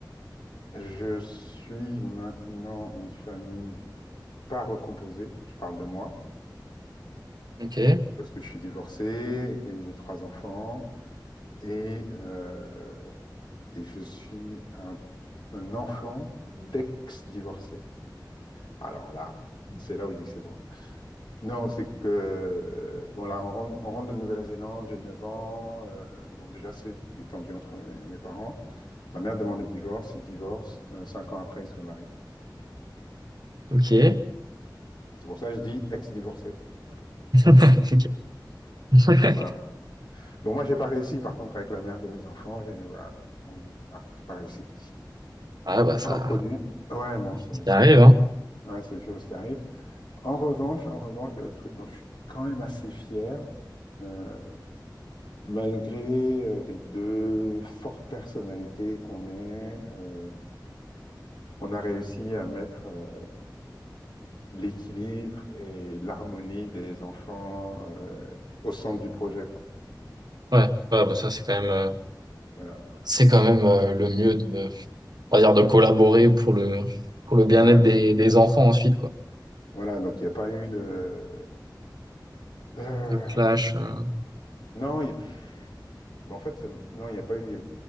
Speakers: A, on the left; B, on the right.
A: je suis maintenant une famille pas recomposée. Je parle de moi
B: Ok,
A: parce que je suis divorcé et j'ai trois enfants et, euh, et je suis un, un enfant d'ex-divorcé. Alors là, c'est là où je dis que c'est drôle. Non, c'est que, euh, bon, là, on rentre, on rentre de Nouvelle-Zélande, j'ai 9 ans. euh, bon, déjà, c'est tendu entre mes, mes parents. Ma mère demande le divorce, il divorce. euh, cinq ans après, il se remarie.
B: ok, ouais,
A: C'est pour ça que je dis ex-divorcé.
B: <laughs> ok. ouais.
A: Voilà. Bon, moi, j'ai pas réussi, par contre, avec la mère de mes enfants. J'ai voilà, on- ah, j'ai pas réussi
B: Ah bah ça,
A: à reproduire. Ouais, bon,
B: c'est
A: c'est
B: ce qui
A: c'est
B: arrive,
A: des choses,
B: hein.
A: ouais, c'est des choses qui arrivent. En revanche, en revanche, le truc dont je suis quand même assez fier, euh, Malgré euh, les deux fortes personnalités qu'on est, euh, on a réussi à mettre euh, l'équilibre et l'harmonie des enfants euh, au centre du projet, quoi.
B: Ouais, ouais, bah ça c'est quand même euh,
A: Voilà.
B: c'est quand même euh, le mieux de on va dire de collaborer pour le pour le bien-être
A: Voilà, donc
B: des
A: on-
B: des enfants ensuite quoi.
A: voilà, donc il n'y a pas eu de euh,
B: Le clash, euh,
A: non, il- Bah, en fait, c'est- non, il n'y a pas eu, il y a